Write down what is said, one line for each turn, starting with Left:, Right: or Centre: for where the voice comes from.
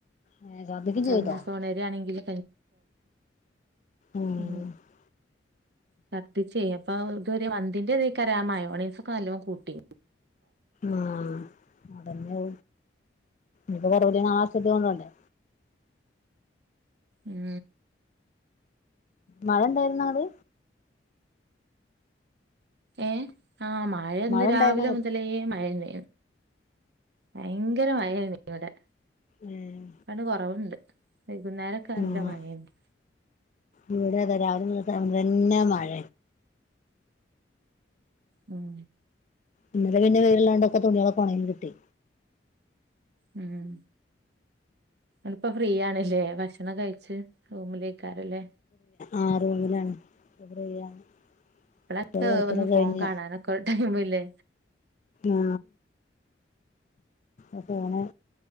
Left: ഏഹ് ഛർദിക്കും
Right: അപ്പൊ
Left: ചെയ്തോ
Right: സോണരിയാണെങ്കില്
Left: ഉം
Right: ഉ ശദ ചെയ അപ്പ ഇ ഒരു മന്തിന്ന്റെതരാ മായോണസ ഒക്കെ നല്ല കൂട്ടി
Left: ആ അതന്നെ ഇ കുറപടി ആശ കൊണ്ടണ്ടേ
Right: ഉം
Left: മഴ എന്തായിരുന്നു അങ്ങടെ
Right: ഏ ആ മഴന്ന്
Left: മഴ
Right: രാവിലെ
Left: ഉണ്ടായിരുന്നോ അങ്ങട്
Right: മുതലേ മഴന്ന ഭയങ്കര മയായിരുന്നു ഇവിടെ
Left: ഏഹ്
Right: അണ് കൊറവുണ്ട് വൈകുന്നേരക്കെ നല്ല
Left: ആഹ്
Right: മഴുണ്ട്
Left: ഇവിടെ അതെ രാവിലെ തന്നെ മഴ
Right: ഉം
Left: ഇന്നല പിന്നെ വേരില്ലാണ്ടൊക്കെ തുണികളെ ഉണങ്ങി കിട്ടി
Right: ഉം അപ്പോ ഫ്രീ ആണല്ലേ ഭക്ഷണം കഴച്ച് റൂമിലേക്കാരല്ലേ
Left: ആ റൂമിലാണ് <unintelligible>
Right: ഇപ്പളൊക്കെ
Left: ഇപ്പോ പഠക്ക
Right: ഒന്ന്
Left: കഴിഞ്ഞ
Right: ഫോൺ കാണാനൊക്കെ ഒരു ടൈമില്ലേ
Left: ആ അ അനെ